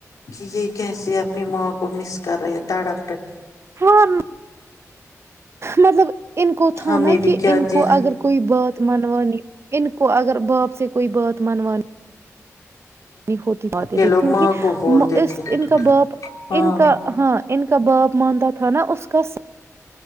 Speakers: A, on the left (about 75°); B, on the right (about 45°).
A: کہ یہ کیسے اپنی ماں کو مس کر رہے تڑپ رہے <unintelligible>
B: ہاں مطلب <inaudible> ان کو تھا
A: ہمیں
B: نا
A: بھی
B: کہ
A: کیا
B: ان
A: دن
B: کو اگر کوئی بات <inaudible> منوانی ان کو اگر باپ سے کوئی بات منوانی <inaudible> ہوتی جاتی
A: یہ
B: تھی
A: لوگ
B: کیونکہ
A: ماں کو بولتے
B: اس
A: تھے
B: ان کا باپ
A: ہاں
B: ان کا ہاں ان کا باپ مانتا <inaudible> تھا نا اس کا <inaudible>